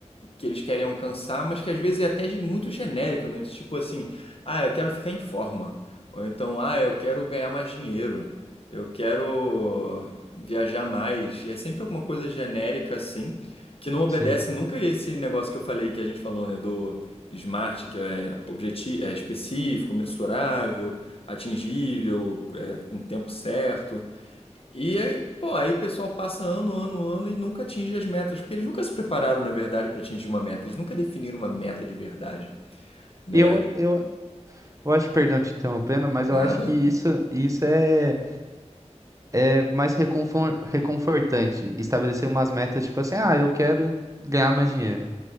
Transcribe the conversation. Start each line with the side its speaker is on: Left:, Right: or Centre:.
Left: que eles querem alcançar, mas que às vezes é até muito genérico, né? Tipo assim, ah, eu quero ficar em forma. Ou então, ah, eu quero ganhar mais dinheiro. Eu quero viajar mais. É sempre alguma coisa genérica assim, que não obedece
Right: Sim.
Left: nunca esse negócio que eu falei, que a gente falou, né, do SMART, que é objetivo, é específico, mensurável, atingível, é, com o tempo certo. E aí, pô, aí o pessoal passa ano, ano, ano e nunca atinge as metas, porque eles nunca se prepararam, na verdade, para atingir uma meta. Eles nunca definiram uma meta de verdade, né?
Right: Eu, eu, eu acho, perdão te interrompendo, mas
Left: Nada?
Right: eu acho que isso, isso é, é mais reconfor- reconfortante. Estabelecer umas metas, tipo assim, ah, eu quero ganhar mais dinheiro.